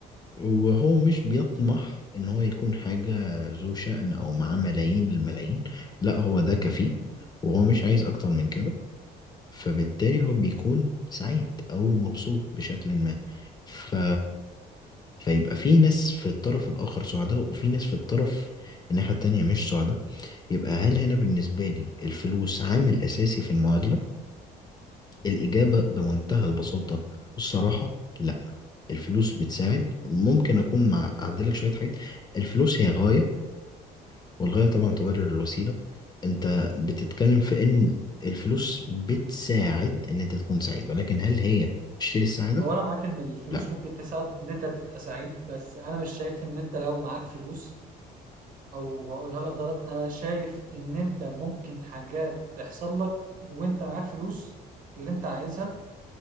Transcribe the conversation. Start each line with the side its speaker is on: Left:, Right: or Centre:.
Left: وهو مش بيطمح ان هو يكون حاجة ذو شأن او معاه ملايين الملايين لا هو ده كفيه وهو مش عايز اكتر من كده فبالتالي هو بيكون سعيد او مبسوط بشكل ما ف... فيبقى في ناس في الطرف الاخر سعداء وفي ناس في الطرف الناحية التانية مش سعداء يبقى هل هنا بالنسبة لي الفلوس عامل اساسي في المعادلة الإجابة بمنتهى البساطة والصراحة لا الفلوس بتساعد ممكن أكون مع أعدلك شوية حاجات الفلوس هي غاية والغاية طبعا تبرر الوسيلة أنت بتتكلم في إن الفلوس بتساعد إن أنت تكون سعيد ولكن هل هي تشتري السعادة؟
Right: هو انا معاك ان الفلوس
Left: لا
Right: ممكن تساعد ان انت تبقى سعيد بس انا مش شايف ان انت لو معاك فلوس او هقولها لك غلط انا شايف ان انت ممكن حاجات تحصل لك وانت معاك فلوس اللي انت عايزها